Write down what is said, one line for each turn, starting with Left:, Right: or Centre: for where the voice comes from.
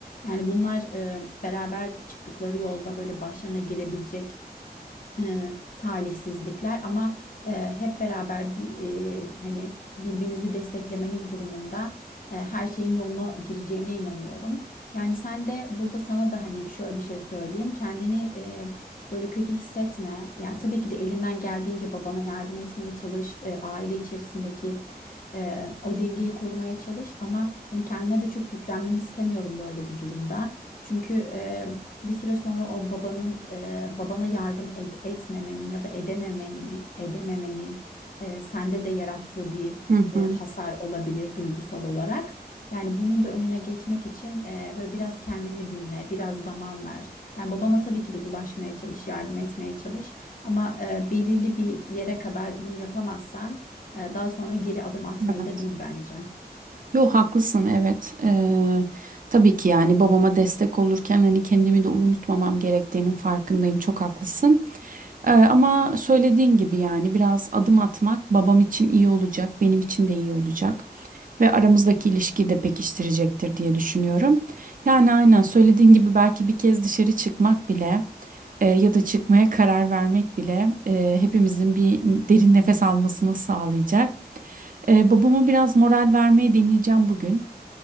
Left: Yani bunlar e, beraber çıktıkları yolda böyle başlarına gelebilecek e, talihsizlikler ama e, hep beraber bir e, hani birbirinizi desteklemeniz durumunda e, her şeyin yoluna gireceğine inanıyorum. Yani sen de burada sana da hani şöyle bir şey söyleyeyim. Kendini e, böyle kötü hissetme. Yani tabii ki de elinden geldiğince babana yardım etmeye çalış. E, aile içerisindeki e, o dengeyi korumaya çalış ama hani kendine de çok yüklenmeni istemiyorum böyle bir durumda. Çünkü e, bir süre sonra o babanın e, babana yardım ed- etmemenin ya da edememenin, edememenin e, sende de yarattığı bir
Right: Hı
Left: e,
Right: hı.
Left: hasar olabilir duygusal olarak. Yani bunun da önüne geçmek için e, böyle biraz kendini dinle, biraz zaman ver. Yani babana tabii ki de ulaşmaya çalış, yardım etmeye çalış. Ama e, belirli bir yere kadar bunu yapamazsan e, daha sonra geri adım atmayı
Right: Evet.
Left: da bil bence.
Right: Yo haklısın evet. Ee, tabii ki yani babama destek olurken hani kendimi de unutmamam gerektiğinin farkındayım. Çok haklısın. Ee, ama söylediğin gibi yani biraz adım atmak babam için iyi olacak, benim için de iyi olacak ve aramızdaki ilişkiyi de pekiştirecektir diye düşünüyorum. Yani aynen söylediğin gibi belki bir kez dışarı çıkmak bile e, ya da çıkmaya karar vermek bile e, hepimizin bir derin nefes almasını sağlayacak. E, babama biraz moral vermeye deneyeceğim bugün.